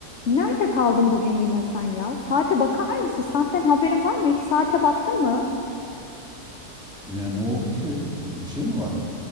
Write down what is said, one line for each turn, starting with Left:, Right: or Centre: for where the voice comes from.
Left: Nerede kaldın bugün yine sen ya? Saate bakar mısın? Saatten haberin var mı? Hiç saate baktın mı?
Centre: Yani ne oldu ki? Bir şey mi var?